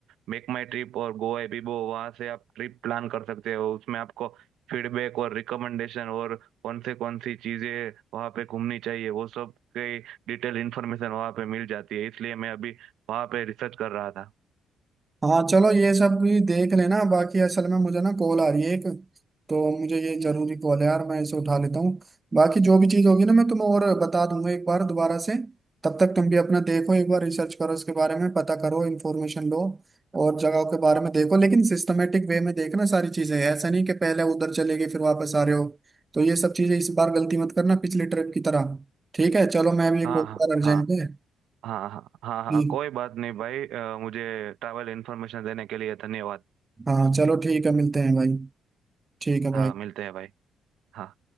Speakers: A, on the right; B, on the right.
A: मेक माई ट्रिप और गोवा बिबो वहाँ से आप ट्रिप प्लान कर सकते हो उसमें आपको फीडबैक और रिकमेंडेशन और कौन से कौन सी चीज़ें वहाँ पे घूमनी चाहिए वो सब की डिटेल इन्फॉर्मेशन वहाँ पे मिल जाती है इसलिए मैं अभी वहाँ पे रिसर्च कर रहा था
B: हाँ चलो ये सब भी देख लेना बाकी असल में मुझे ना कॉल आ रही है एक तो मुझे ये जरूरी कॉल है यार मैं इसे उठा लेता हूँ बाकी जो भी चीज़ होगी ना मैं तुम्हें और बता दूंगा एक बार दोबारा से तब तक तुम भी अपना देखो एक बार रिसर्च करो इसके बारे में पता करो इन्फॉर्मेशन लो और जगहों के बारे में देखो लेकिन सिस्टमेटिक वे में देखना सारी चीज़ें ऐसा नहीं कि पहले उधर चले गए फिर वापस आ रहे हो तो ये सब चीज़ें इस बार गलती मत करना पिछली ट्रिप की तरह ठीक है चलो मैं भी एक
A: हाँ
B: और
A: हाँ
B: बार अर्जेंट
A: हाँ
B: है
A: हाँ हाँ हाँ
B: जी
A: हाँ कोई बात नहीं भाई अ, मुझे ट्रैवल इन्फॉर्मेशन देने के लिए धन्यवाद
B: हाँ चलो ठीक है मिलते हैं भाई ठीक है भाई
A: हाँ मिलते हैं भाई हाँ